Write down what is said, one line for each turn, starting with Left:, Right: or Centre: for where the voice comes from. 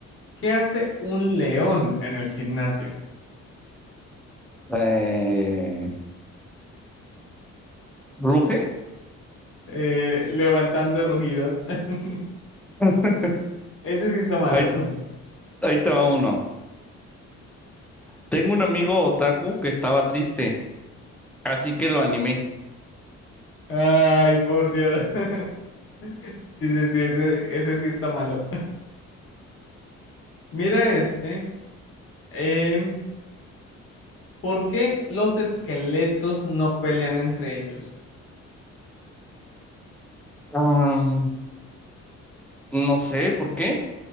Left: ¿Qué hace un león en el gimnasio?
Centre: eh, ¿ruge?
Left: Eh, levantando rugidos. <laughs>
Centre: <laughs>
Left: Ese sí está malo.
Centre: Ahí,
Left: <laughs>
Centre: ahí te va uno. Tengo un amigo otaku que estaba triste, así que lo animé.
Left: Ay, por Dios. <laughs> Sí, sí, sí, ese, ese sí está malo. <laughs> Mira este. em, ¿por qué los esqueletos no pelean entre ellos?
Centre: Am, no sé, ¿por qué?